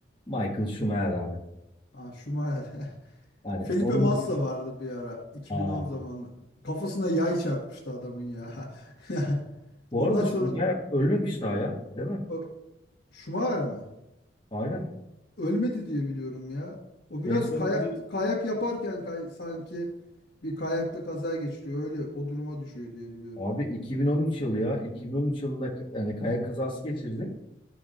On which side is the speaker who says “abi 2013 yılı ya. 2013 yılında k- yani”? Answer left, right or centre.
Left